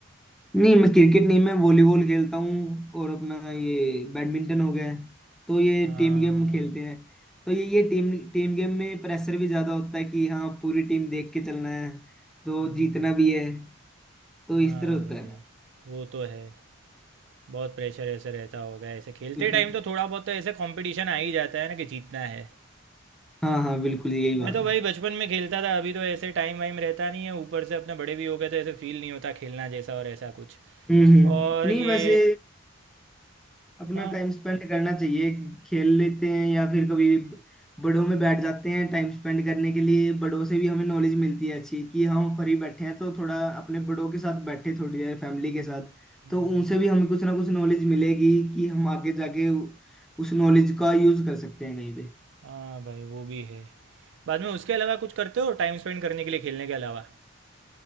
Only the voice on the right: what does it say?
हाँ
हम्म,
हाँ
भाई
वो तो है बहुत प्रेशर ऐसे रहता होगा ऐसे खेलते
टाइम तो थोड़ा बहुत तो ऐसे कंपटीशन आ ही जाता है ना कि जीतना है
मैं
तो
भाई बचपन में खेलता था अभी तो ऐसे टाइम वाइम रहता नहीं है ऊपर से अपने बड़े भी हो गए तो ऐसे फील नहीं होता खेलना जैसा और ऐसा कुछ
और
ये
हाँ
हम्म,
हाँ भाई वो भी है बाद में उसके अलावा कुछ करते हो टाइम स्पेंड करने के लिए खेलने के अलावा